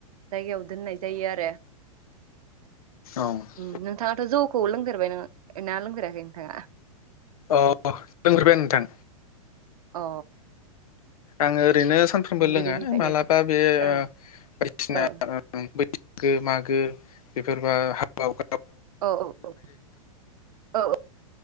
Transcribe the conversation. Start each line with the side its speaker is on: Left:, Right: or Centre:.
Right: जायगायाव दोननाय जायो आरो
Left: औ
Right: ओम नोंथाङा। जौखौ लोंफेरबाय नोङो ना लोंफेराखै नोंथाङा।
Left: अ लोंफेरबाय नोंथां
Right: अ
Left: आङो ओरैनो। सानफ्रोमबो लोङा
Right: गोदोनिफ्रायनो
Left: मालाबा बे
Right: ओं
Left: बायदिसिना।
Right: औ
Left: बैसागो मागो बेफोरबा हाब।
Right: औ औ